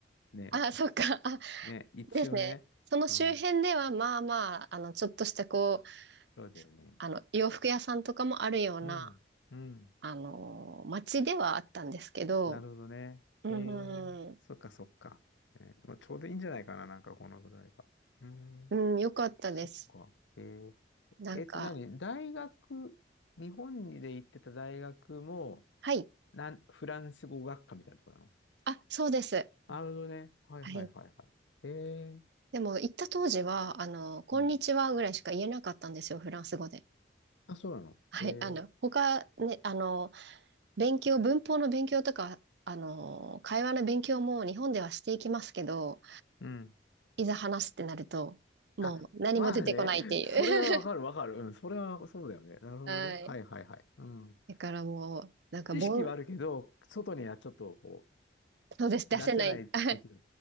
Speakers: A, on the left (about 80°); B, on the right (about 65°).
A: ね、
B: あ、そっか。あ、
A: ね、一応ね。
B: ですね。その周辺では、
A: うん、
B: まあまあ、あの、ちょっとしたこう、
A: そうだよね。
B: あの、洋服屋さんとかもあるような、
A: うん、うん。
B: あのー街ではあったんですけど、
A: なるほどね。
B: うん、
A: えー、
B: うん、
A: そっかそっか。えーまあちょうどいいんじゃないかな、なんかこのぐらいが。うん、
B: うんよかったです。
A: そっか。えー、
B: なんか、
A: えっと何、大学、日本で行ってた大学も、
B: はい。
A: なん、フランス語学科みたいなところ
B: あ、そうです。
A: なるほどね。はいはいはいはい。
B: はい。
A: ええ
B: でも、行った当時は、あの、こんにちはぐらいしか言えなかったんですよ、
A: うん。
B: フランス語で。
A: あ、そうなの。
B: はい。
A: ええ
B: あの、他、ね、あの、勉強、文法の勉強とか、あの、会話の勉強も日本ではしていきますけど、
A: うん。
B: いざ話すってなると、もう何も出てこないっていう。
A: あ、まあね。それはわかるわかる。うん。それはそうだよね。なるほどね。
B: <laughs> はい。
A: はいはいはい。うん。
B: だからもう、なんか、
A: 知識はあるけど、
B: ぼん、
A: 外にはちょっとこ
B: そうです、
A: う、
B: 出せない。
A: 出せない時だ。
B: <laughs> はい。